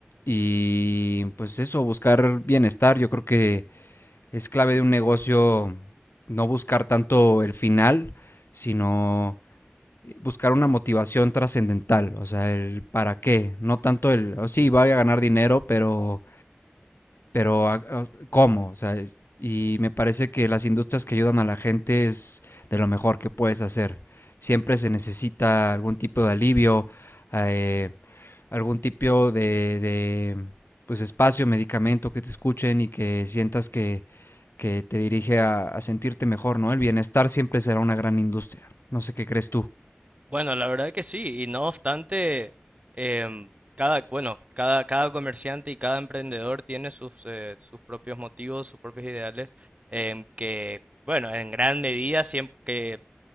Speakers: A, on the left; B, on the right.
A: y pues eso, buscar bienestar. Yo creo que es clave de un negocio no buscar tanto el final, sino eh, buscar una motivación trascendental, o sea, el para qué, no tanto el, oh, sí, voy a ganar dinero, pero, pero ah, ah, ¿cómo? O sea, eh, y me parece que las industrias que ayudan a la gente es de lo mejor que puedes hacer. Siempre se necesita algún tipo de alivio, eh, algún tipo de, de, pues espacio, medicamento que te escuchen y que sientas que, que te dirige a, a sentirte mejor, ¿no? El bienestar siempre será una gran industria. No sé qué crees tú.
B: Bueno, la verdad que sí, y no obstante, em, cada, bueno, cada, cada comerciante y cada emprendedor tiene sus, eh, sus propios motivos, sus propios ideales, em, que, bueno, en gran medida, siempre que